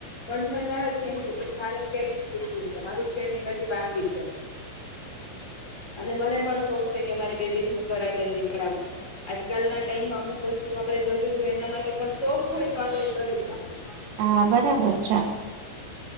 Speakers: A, on the left; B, on the right.
A: પણ છતાં અજી એમ કેછે કે મારે સ્કેટંગ શીખવું છે, મારું સ્કેટિંગ હજી બાકી છે.
B: <inaudible>
A: અને મને પણ શોખ છે કે મારી બેબી ને હું કરાઠે શીખડાવું. આજકાલ ના ટાઈમમાં અમુક વસ્તુ આપડે જરૂરી હોય એના માટે પણ શોખ હોય તો આપડે કરી શકીએ.
B: આ બરાબર છે.